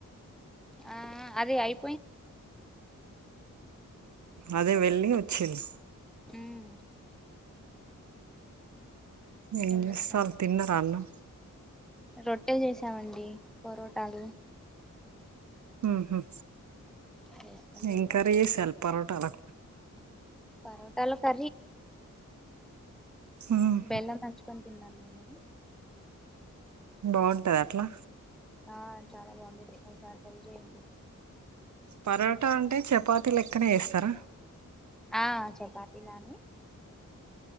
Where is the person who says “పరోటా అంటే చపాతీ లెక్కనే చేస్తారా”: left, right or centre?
Right